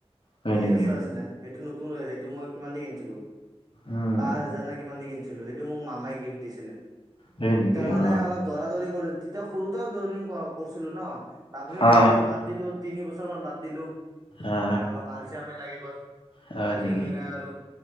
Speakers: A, on the left; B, on the right.
A: হয়
B: এডিডাছৰ
A: নেকি
B: আছিলে। সেইটো নতুন সেইটো মই কিমান দি কিনিছিলো?
A: উম
B: পাঁচ হাজাৰ না কিমান দি কিনিছিলো, সেইটো মোক মামাই গিফ্ট দিছিলে।
A: হয় নেকি
B: তেতিয়া মানে
A: অ
B: অলপ দৌৰা-দৌৰি কৰি, তেতিয়া সৰুতে জয়নিং কৰা কৰিছিলো ন। তাৰ পিছত
A: অ
B: মাজতে বাদ দিলো, তিনি বছৰ মান বাদ দিলো।
A: অ
B: মানে অলপ আলচিয়ামী লাগি গল,
A: হয়
B: আলচিয়ামী
A: নেকি
B: <unintelligible> আৰু